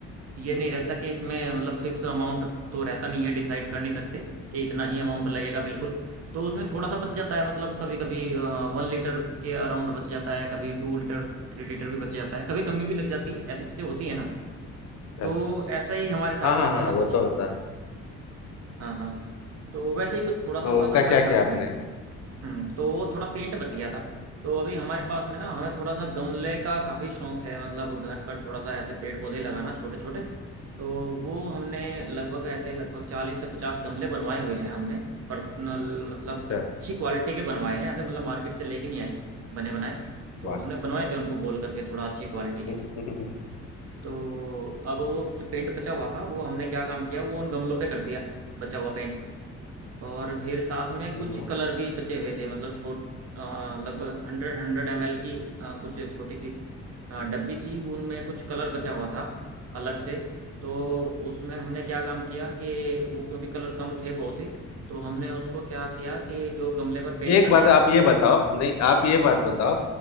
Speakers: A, on the right (about 55°); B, on the left (about 60°).
A: ये नहीं रहता कि इसमें मतलब फिक्स अमाउंट तो रहता नहीं है डिसाइड कर नहीं सकते कि इतना ही अमाउंट लगेगा बिल्कुल तो उसमें थोड़ा सा बच जाता है मतलब कभी कभी वन लीटर के अराउंड बच जाता है कभी टू लीटर थ्री लीटर भी बच जाता है कभी कमी भी लग जाती है ऐसी चीज़ें होती है ना तो
B: अच्छा।
A: ऐसा ही हमारे साथ
B: हाँ हाँ
A: में हुआ
B: हाँ
A: था
B: वो
A: कुछ
B: तो होता है
A: हाँ हाँ तो वैसे ही कुछ थोड़ा सा
B: हाँ,
A: हुआ
B: उसका
A: था हमारे
B: क्या
A: साथ
B: किया आपने
A: में हम्म तो वो थोड़ा पेंट बच गया था तो अभी हमारे पास में ना हमें थोड़ा सा गमले का काफी शौक है मतलब घर पर थोड़ा सा ऐसे पेड़ पौधे लगाना छोटे छोटे तो वो हमने लगभग ऐसे लगभग चालीस से पचास गमले बनवाए हुए हैं हमने पर्सनल मतलब
B: अच्छा
A: अच्छी क्वालिटी के बनवाए हैं ऐसे मतलब मार्केट से लेके नहीं आए बने बनाए तो
B: वाह
A: हमने बनवाए थे उनको बोल करके थोड़ा अच्छी क्वालिटी के
B: <laughs> हम्म।
A: तो अब वो जो पेंट बचा हुआ था वो हमने क्या काम किया वो उन गमलों पे कर दिया बचा हुआ पेंट और फिर साथ में
B: हम्म।
A: कुछ कलर भी बचे हुए थे मतलब छोट अ, लगभग हंड्रेड हंड्रेड एम एल की अ, कुछ छोटी सी अ, डब्बी थी उनमें कुछ कलर बचा हुआ था अलग से तो उसमें हमने क्या काम किया कि वो क्योंकि कलर कम थे बहुत ही तो हमने उसको क्या किया कि जो गमले पर पेंट
B: एक
A: कर
B: बात
A: दिया
B: आप
A: उसके
B: ये बताओ
A: <clears throat>
B: नहीं आप ये बात बताओ